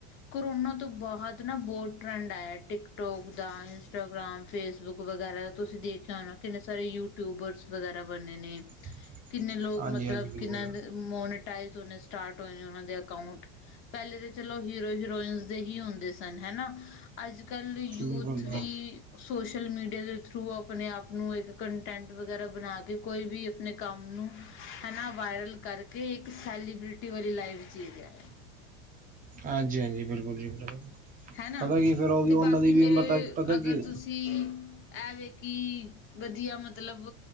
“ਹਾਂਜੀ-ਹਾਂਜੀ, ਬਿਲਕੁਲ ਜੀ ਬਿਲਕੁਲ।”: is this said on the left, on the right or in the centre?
Right